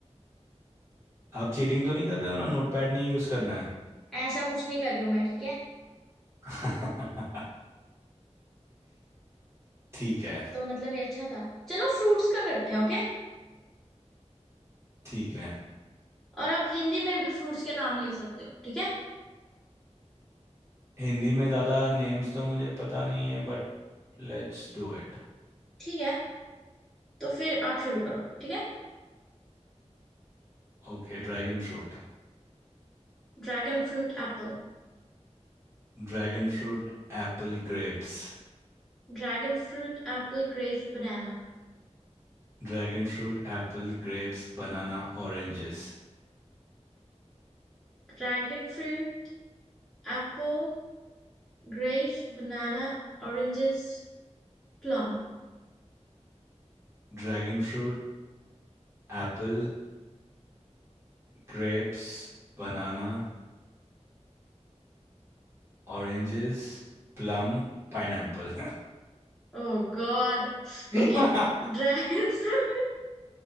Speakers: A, on the right; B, in the centre.
A: आप चीटिंग तो नहीं कर रहे हो ना नोटपैड नहीं यूज करना है
B: ऐसा कुछ नहीं कर रही हूं मैं ठीक है
A: <laughs> ठीक है
B: तो मतलब ये अच्छा था चलो फ्रूट्स का करते हैं ओके
A: ठीक है
B: और आप हिंदी में भी फ्रूट्स के नाम ले सकते हो ठीक है
A: हिंदी में ज्यादा नेम्स तो मुझे पता नहीं है but let's do it
B: ठीक है तो फिर आप शुरू करो ठीक है
A: Okay dragon fruit
B: Dragon fruit apple
A: Dragon fruit apple grapes
B: Dragon fruit apple grapes banana
A: Dragon fruit apple grapes banana oranges
B: Dragon fruit apple grapes banana oranges plum
A: Dragon fruit apple grapes banana oranges plum pineapple
B: Oh god
A: <laughs>
B: Okay dragon fruit